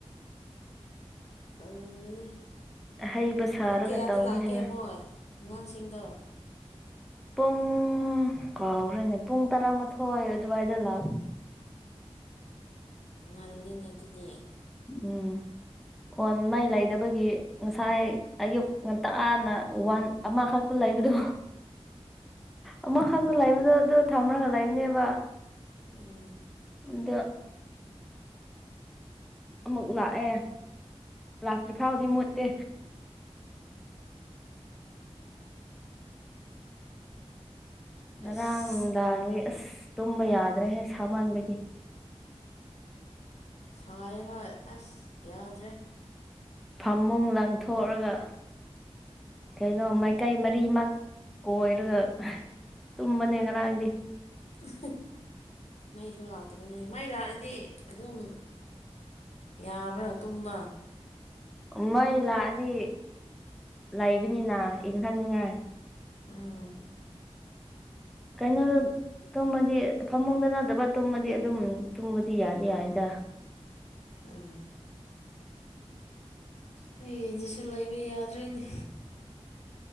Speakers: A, on the left; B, in the centre.
A: ꯇꯧꯔꯥꯡꯒꯅꯤ꯫
B: ꯑꯍꯩꯕ ꯁꯥꯔꯒ
A: ꯄꯨꯡ ꯀꯌꯥꯗ
B: ꯇꯧꯕꯅꯤꯅ
A: ꯂꯥꯛꯀꯦ ꯃꯣꯏ ꯑꯉꯥꯡꯁꯤꯡꯗꯣ꯫
B: ꯄꯨꯡ ꯀꯥꯎꯈ꯭ꯔꯦꯅꯦ ꯄꯨꯡ ꯇꯔꯥꯃꯥꯊꯣꯏ ꯑꯗꯨꯋꯥꯏꯗ ꯂꯥꯛ
A: ꯉꯜꯂꯤꯅꯦ ꯑꯗꯨꯗꯤ꯫
B: ꯎꯝ ꯐꯣꯟ ꯃꯥꯏ ꯂꯩꯗꯕꯒꯤ ꯉ ꯉꯁꯥꯏ ꯑꯌꯨꯛ ꯉꯟꯇꯥꯅ ꯋꯥꯟ ꯑꯃꯈꯛꯇ ꯂꯩꯕꯗꯨ꯫ ꯑꯃꯈꯥꯛꯇ ꯂꯩꯕꯗꯣ ꯑꯗꯨ ꯊꯝꯔꯒ ꯂꯩꯕꯅꯦꯕ꯫
A: ꯑꯥ꯫
B: ꯑꯗꫭ ꯑꯃꯨꯛ ꯂꯥꯛꯑꯦ ꯂꯥꯛꯇ꯭ꯔꯤ ꯐꯥꯎꯗꯤ ꯃꯨꯠꯇꯦ꯫ ꯉꯔꯥꯡ
A: ꯑꯁ
B: ꯅꯨꯡꯗꯥꯡꯗꯤ ꯑꯁ ꯇꯨꯝꯕ ꯌꯥꯗ꯭ꯔꯦꯍꯦ ꯁꯥꯃꯟꯕꯒꯤ꯫
A: ꯁꯥꯌꯦ ꯍꫭꯏ ꯑꯁ ꯌꯥꯗ꯭ꯔꯦ꯫
B: ꯐꯃꯨꯡ ꯂꯪꯊꯣꯛꯑꯒ ꯀꯩꯅꯣ ꯃꯥꯏꯀꯩ ꯃꯔꯤꯃꯛ ꯀꯣꯏꯔꯒ ꯇꯨꯝꯕꯅꯦ ꯉꯔꯥꯡꯗꯤ꯫
A: <unintelligible> ꯃꯩꯁꯨ ꯂꯥꯛꯇꯕꯅꯤ ꯃꯩ ꯂꯥꯛꯔꯗꯤ ꯑꯗꯨꯝ ꯌꯥꯕ꯭ꯔꯥ ꯇꯨꯝꯕ꯫
B: ꯃꯩ ꯂꯥꯛꯑꯗꯤ ꯂꯩꯕꯅꯤꯅ ꯏꯪꯍꯟꯅꯤꯡꯉꯥꯏ꯫
A: ꯎꯝ꯫
B: ꯀꯩꯅꯣꯗ ꯇꯨꯝꯃꯗꯤ ꯐꯃꯨꯡꯗ ꯅꯠꯇꯕ ꯇꯨꯝꯃꯗꯤ ꯑꯗꯨꯝ ꯇꯨꯝꯃꯗꯤ ꯌꯥꯅꯤ ꯌꯥꯏꯗ꯫
A: ꯑꯥ꯫ ꯍꯩ ꯑꯗꯨꯁꯨ ꯂꯩꯕ ꯌꯥꯗ꯭ꯔꯦꯅꯦ꯫